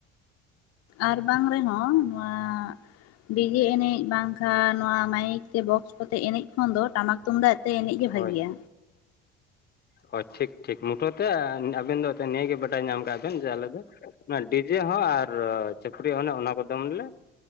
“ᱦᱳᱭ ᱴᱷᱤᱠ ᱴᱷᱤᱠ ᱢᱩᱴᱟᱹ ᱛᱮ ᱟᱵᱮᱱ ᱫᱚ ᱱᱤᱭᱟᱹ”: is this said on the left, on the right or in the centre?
Left